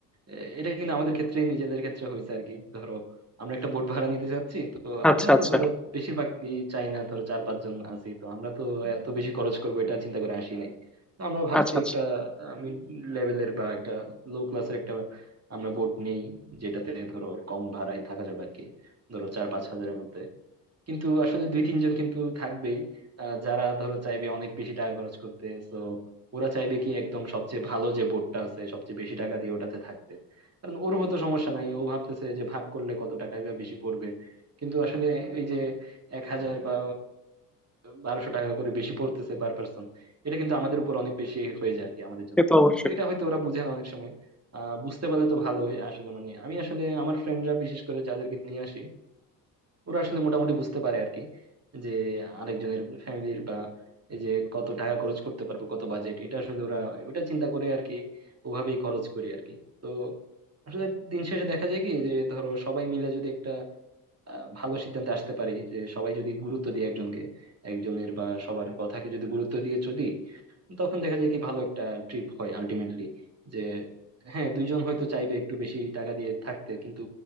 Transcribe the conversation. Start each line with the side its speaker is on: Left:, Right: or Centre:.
Right: আহ, এটা কিন্তু আমাদের ক্ষেত্রে নিজেদের ক্ষেত্রে হয়েছে আর কি ধরো আমরা একটা বোট ভাড়া নিতে যাচ্ছি তো
Centre: আচ্ছা
Right: আমরা
Centre: আচ্ছা
Right: তো ধরো বেশিরভাগ চাই না ধরো চার পাঁচ জন আছি তো আমরা তো এত বেশি খরচ করবো এটা চিন্তা করে আসি নাই তো আমরা ভাবছি
Centre: আচ্ছা আচ্ছা
Right: একটা মিড লেভেলের বা একটা লো ক্লাসের একটা আমরা বোট নেই যেটাতে ধরো কম ভাড়ায় থাকা যাবে আর কি ধরো চার পাঁচ হাজারের মধ্যে কিন্তু আসলে দুই তিনজন কিন্তু থাকবেই আহ, যারা ধরো চাইবে অনেক বেশি টাকা খরচ করতে তো ওরা চাইবে কি একদম সবচেয়ে ভালো যে বোর্ডটা আছে সবচেয়ে বেশি টাকা দিয়ে ওটাতে থাকতে কারণ ওর হতো সমস্যা নাই ও ভাবতেছে যে ভাগ করলে কত টাকাই বা বেশি পড়বে কিন্তু আসলে এই যে এক হাজার বা বারোশো টাকা করে বেশি পড়তেছে পার পার্সন এটা কিন্তু আমাদের উপর অনেক বেশি হয়ে যায় আর কি আমাদের জন্য
Centre: সে তো অবশ্যই
Right: তো এটা হয়তো ওরা বুঝে না অনেক সময় আহ বুঝতে পারলে তো ভালোই আসলে মানে আমি আসলে আমার ফ্রেন্ডরা বিশেষ করে যাদেরকে নিয়ে আসি ওরা আসলে মোটামুটি বুঝতে পারে আর কি যে আরেকজনের ফ্যামিলির বা এই যে কত টাকা খরচ করতে পারবো কত বাজেট এটা আসলে ওরা ওটা চিন্তা করে আর কি ওভাবেই খরচ করি আর কি তো আসলে দিন শেষে দেখা যায় কি যে ধরো সবাই মিলে যদি একটা আহ, ভালো সিদ্ধান্তে আসতে পারি যে সবাই যদি গুরুত্ব দিয়ে একজনকে একজনের বা সবার কথাকে যদি গুরুত্ব দিয়ে চলি তখন দেখা যায় কি ভালো একটা ট্রিপ হয় আলটিমেটলি যে হ্যাঁ দুইজন হয়তো চাইবে একটু বেশি টাকা দিয়ে থাকতে কিন্তু